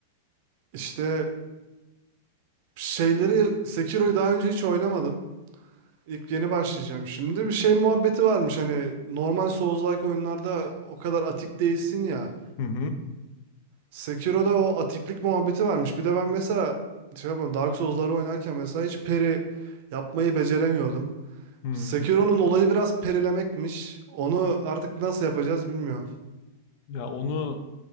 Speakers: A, on the right; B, on the left.
A: İşte şeyleri Sekiro'yu daha önce hiç oynamadım. İlk yeni başlayacağım şimdi. Bir şey muhabbeti varmış hani normal Souls-like oyunlarda o kadar atik değilsin ya.
B: Hı hı.
A: Sekiro'da o atiklik muhabbeti varmış. Bir de ben mesela şey yapıyorum, Dark Souls'ları oynarken mesela hiç peri yapmayı beceremiyordum.
B: Hı.
A: Sekiro'nun olayı biraz perilemekmiş. Onu artık nasıl yapacağız bilmiyorum.
B: Ya onu